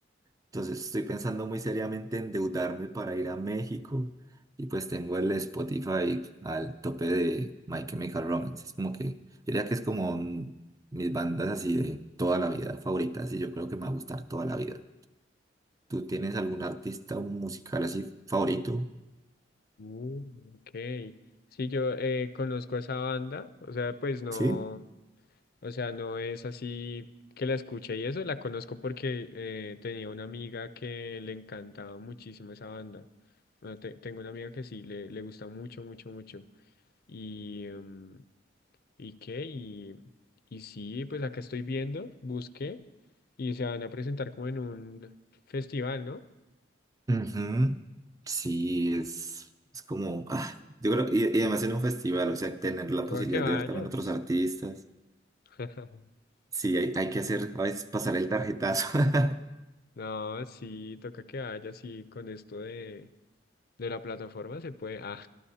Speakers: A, on the right; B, on the left.
A: Entonces estoy pensando muy seriamente endeudarme para ir a México y pues tengo el Spotify al tope de My Chemical Romance. Es como que, yo diría que es como mm, mis bandas así de toda la vida favoritas y yo creo que me va a gustar toda la vida. ¿Tú tienes algún artista musical así favorito?
B: Uh, ok. Sí, yo eh, conozco a esa banda. O sea, pues no.
A: ¿Sí?
B: O sea, no es así que la escuche y eso, la conozco porque eh, tenía una amiga que le encantaba muchísimo esa banda. Bueno, te- tengo una amiga que sí, le, le gusta mucho, mucho, mucho. Y, em, ¿y qué? Y, y sí, pues acá estoy viendo, busqué y se van a presentar como en un festival, ¿no?
A: Ujú. Sí, es, es como, ah, yo creo, y, y además en un festival, o sea, tener la
B: Toca
A: posibilidad
B: que vayas.
A: de ver también otros artistas.
B: <laughs>
A: Sí, hay, hay que hacer, a veces pasar el tarjetazo. <laughs>
B: No, sí, toca que vayas y con esto de, de la plataforma se puede. Ah.